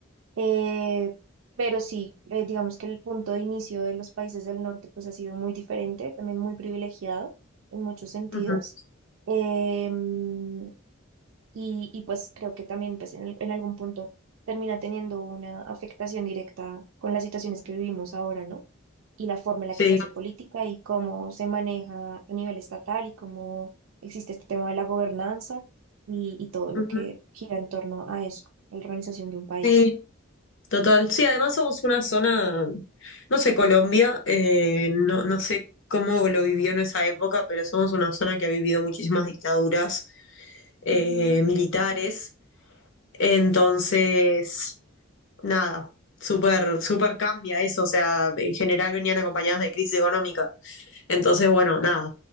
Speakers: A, on the right; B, on the left.
A: Eh, pero sí, eh, digamos que el punto de inicio de los países del norte pues ha sido muy diferente, también muy privilegiado en muchos sentidos.
B: Ujú,
A: Em, y, y, pues creo que también pues, en, el- en algún punto termina teniendo una afectación directa con las situaciones que vivimos ahora, ¿no? y la forma en
B: Sí.
A: la que se hace política y cómo se maneja a nivel estatal y cómo existe este tema de la gobernanza y, y todo lo
B: Ujú.
A: que gira en torno a eso, la organización de un país.
B: Sí, Total, sí, además somos una zona, no sé, Colombia, eh, no, no sé cómo lo vivió en esa época, pero somos una zona que ha vivido muchísimas dictaduras eh,
A: Ujú.
B: militares, entonces, nada, súper, súper cambia eso, o sea, en general venían acompañadas de crisis económica. Entonces, bueno, nada,